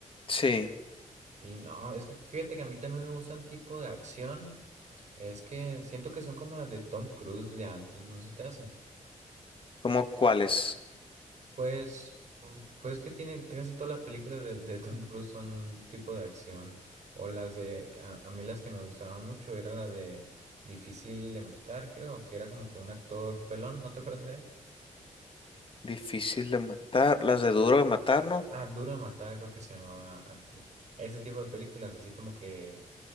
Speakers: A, on the left; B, on the right.
A: Sí.
B: Y no, es que fíjate que a mí también me gustan tipo de acción, es que siento que son como las de Tom Cruise de antes, ¿no se te hace?
A: ¿Cómo cuáles?
B: Pues, pu- pues que tiene casi todas las películas de, de Tom Cruise son tipo de acción. O las de, a, a mí las que me gustaban mucho era la de Difícil de Matar, creo, que era como que un actor pelón, ¿no te acuerdas de él?
A: Difícil de matar, las de duro de matar, ¿no?
B: Ah, Duro de Matar, creo que se llamaba aquí. Ese tipo de películas, así como que,